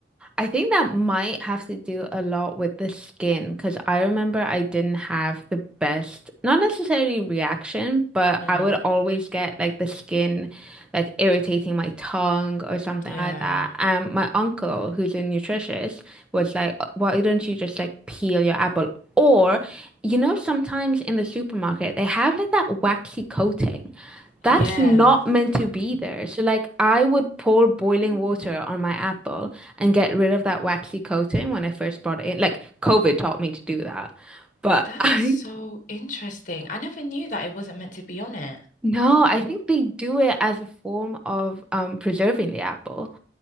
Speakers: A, in the centre; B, on the left.
A: I think that might have to do a lot with the skin because I remember I didn't have the best, not necessarily reaction, but
B: Mm.
A: I would always get like the skin like irritating my tongue or something
B: Yeah.
A: like that. And my uncle, who's a nutritionist, was like, why don't you just like peel your apple? Or, you know, sometimes in the supermarket, they have like that waxy coating. That's
B: Yeah.
A: not meant to be there. So, like, I would pour boiling
B: Mm.
A: water on my apple and get rid of that waxy coating when I first brought it in. Like, COVID taught me to do that. But
B: That
A: <laughs> I,
B: is so interesting. I never knew that it wasn't meant to be on it.
A: no, I think they do it as a form of um preserving the apple.